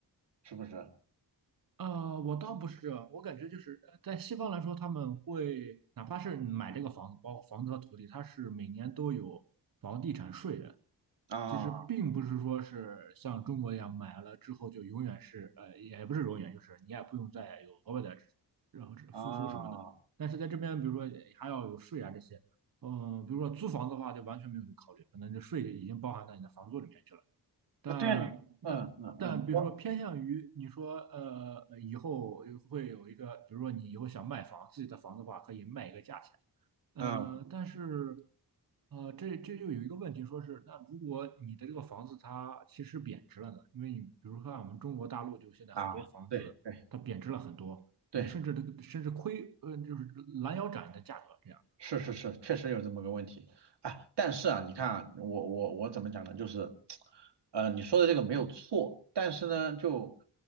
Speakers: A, on the right; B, on the right.
A: 是不是？
B: 呃，我倒不是这样，我感觉就是呃在西方来说，他们会哪怕是买这个房子，包括房子和土地，它是每年都有房地产税的。
A: 啊
B: 其实并不是说是像中国一样买了之后就永远是呃，也不是永远，就是你也不用再有额外的然后付出什么的。
A: 啊，
B: 但是在这边，比如说还要有税啊这些，嗯、比如说租房子的话就完全没有这个考虑，可能这税已经包含到你的房租里面去了。但但但比如说偏向于你说呃以后会有一个，
A: 那对啊，你嗯嗯嗯，你说
B: 比如说你以后想卖房，自己的房子的话可以卖一个价钱。呃，
A: 嗯
B: 但是，呃，这这就有一个问题，说是那如果你的这个房子它其实贬值了呢？因为你比如说看我们中国大陆，就现在很多房子它贬值了很多，
A: 啊，对对对。
B: 你甚至这个甚至亏，呃，就是拦腰斩你的价格这样。
A: 是是是，确实有这么个问题啊。但是啊，你看啊，我我我怎么讲呢？就是，呃，你说的这个没有错，但是呢，就